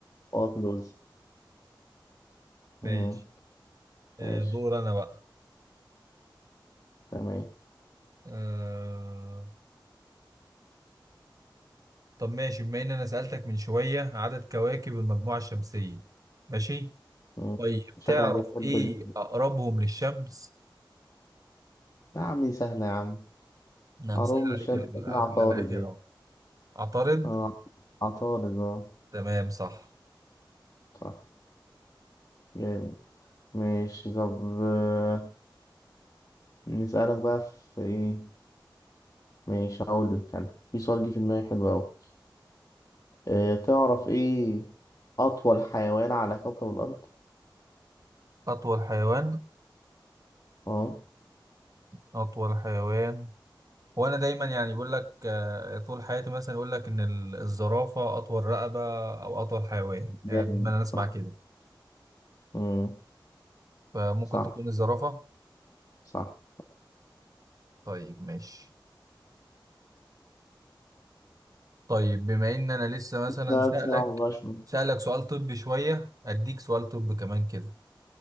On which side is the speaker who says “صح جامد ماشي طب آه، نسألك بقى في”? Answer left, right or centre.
Left